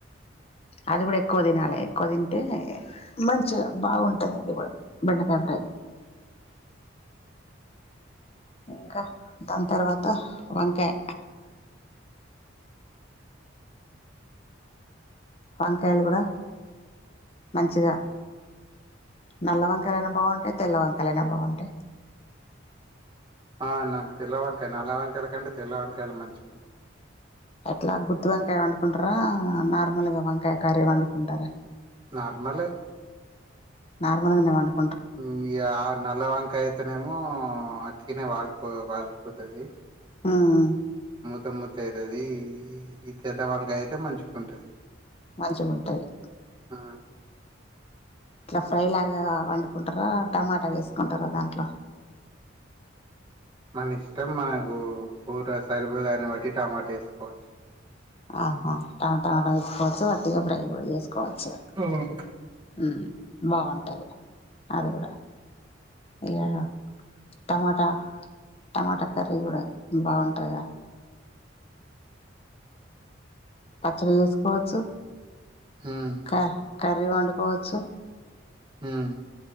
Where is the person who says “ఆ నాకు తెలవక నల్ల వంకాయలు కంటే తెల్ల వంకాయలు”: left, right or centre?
Right